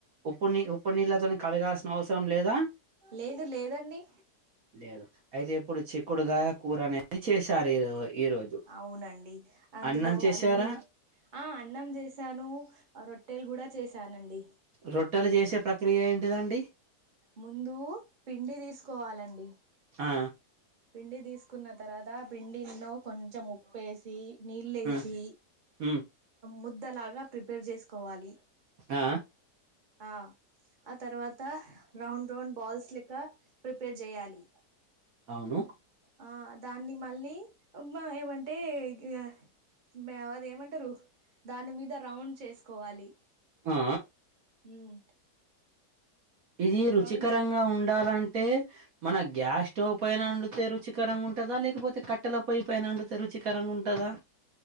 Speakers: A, on the right (about 55°); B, on the right (about 30°).
A: ఉప్పు నీ ఉప్పు నీళ్లతోని కడగాల్సిన అవసరం లేదా
B: లేదు లేదండి
A: లేదు అయితే ఇప్పుడు చిక్ కుడుగాయ కూర అనేది చేశారు ఈ రో ఈ రోజు
B: అవునండి అందులో
A: అన్నం చేశారా
B: అన్నీ ఆ అన్నం చేసాను రొట్టెలు కూడా చేశానండి
A: రొట్ ట్టలు చేసే ప్రక్రియ ఏంటిదండి
B: ముందు పిండి తీసుకోవాలండి
A: ఆ
B: పిండి తీసుకున్న తర్వాత పిండిల్లో కొంచెం ఉప్పేసి నీళ్ళేసి
A: ఆ ఉమ్
B: ముద్దలాగా ప్రిపేర్ చేస్ కోవాలి
A: ఆ
B: ఆ ఆ తర్వాత రౌండ్ రౌండ్ బాల్స్ లెక్క ప్రిపేర్ చెయ్యాలి
A: అవును
B: ఆ దాన్ని మళ్ళీ మ ఏమన్ టే గ్య బ్యావ్ అది ఏమంటారు దాని మీద రౌండ్ చేసుకోవాలి
A: ఆ
B: ఉమ్
A: ఇది రుచికరంగా
B: రౌండ్
A: ఉన్ డాలంటే మన గ్యాస్ స్టవ్ పైన వండితే రుచికరంగా ఉంటందా లేకపోతే క ట్టల పొయ్యి పైన అండుతే రుచికరం గున్ టదా